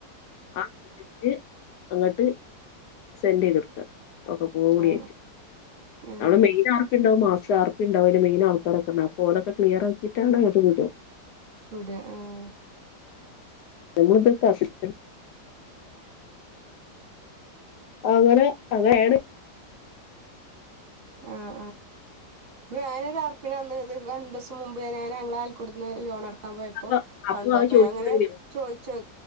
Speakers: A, on the left; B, on the right.
A: ആ അങ്ങട്ടേക് അങ്ങട്ട് സെൻഡെയ്തൊട്ക്കാ ഒക്കെകൂടൈറ്റ്.
B: ആ ആ
A: നാളെ മെയിനാർപ്പിണ്ടാവും മാസ് സാർപ്പ്ണ്ടാവും ഐൻ്റെ മെയിൻ ആൾക്കാരൊക്കെ അപ്പോ ഓലൊക്കെ ക്ലിയറാക്കിയിട്ടാണ് അങ്ങട്ട് വിടു
B: വിട ആ <inaudible>
A: നമ്മളിതൊക്കെ അസിസ് അങ്ങനെ അങ്ങനേണ്
B: ആഹ് ഞാനൊ ഒരു അർപ്പിന്നത് രണ്ടുസം മുമ്പ് ഞ ഞങ്ങൾടെ ആയൽക്കട്ടത്തിൻ്റെ ലോണട ക്കാ പോയപ്പോ
A: അപ്പൊ അപ്പൊ
B: കണ്ടു
A: അത്
B: അപ്പ
A: ചോദിച്ചൂടെയ്നോ
B: ഞാങ്ങനെ ചോയ്ച്ചു